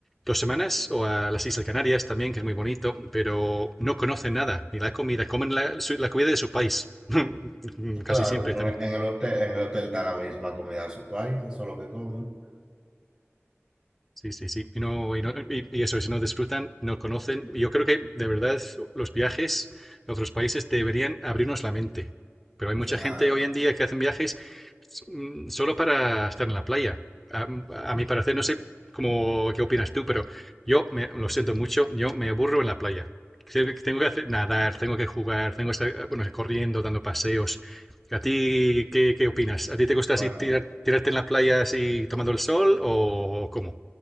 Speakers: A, in the centre; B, on the right.
A: dos semanas o a las Islas Canarias también, que es muy bonito, pero no conocen nada, ni la comida, comen la, su- la comida de su país, <laughs> casi
B: Claro,
A: siempre también
B: en en el hotel, en el hotel está la misma comida de su país, eso es lo que comen.
A: Sí, sí, sí. Y, no, y, no- y- y eso, si no disfrutan, no conocen. Yo creo que de verdad los viajes a otros países deberían abrirnos la mente. Pero hay mucha
B: Claro.
A: gente hoy en día que hacen viajes mm, solo para estar en la playa. A, mm, a mi parecer, no sé cómo, qué opinas tú, pero yo me, lo siento mucho, yo me aburro en la playa. Tengo que tengo que hacer, nadar, tengo que jugar, tengo que estar, eh, bueno, corriendo, dando paseos. ¿A ti qué, qué opinas? ¿A ti te gusta así
B: Bueno,
A: tirar- tirarte en la playa así tomando el sol o cómo?